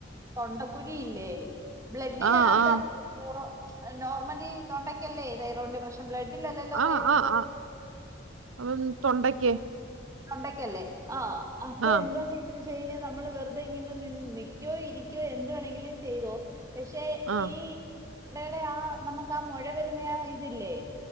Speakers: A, on the right; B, on the right.
A: തൊണ്ടക്കുഴിയില്ലേ ബ്ലഡിനകത്തല്ലോ
B: ആ ആ
A: നോർമലി തൊണ്ടയ്ക്കല്ലേ തൈറോയ്ടിന്റെ പ്രശ് ബ്ലഡിലല്ലല്ലോ
B: ആ
A: തൈറോയ്ട്
B: ആ ആ ഉം, തൊണ്ടയ്ക്ക്
A: തൊണ്ടെക്കല്ലേ ആ അപ്പൊ
B: ആ
A: എന്താ ചെയ്യ ചെയ്യാ നമ്മള് വെറുതെ ഇങ്ങനെ നിന്ന് നിക്യോ ഇരിക്യോ എന്ത് വേണെങ്കിലും ചെയ്തോ പക്ഷെ
B: ആ
A: ഈ ഇടടെ ആ നമക്ക് ആ മുഴ വരുന്ന ഇതില്ലേ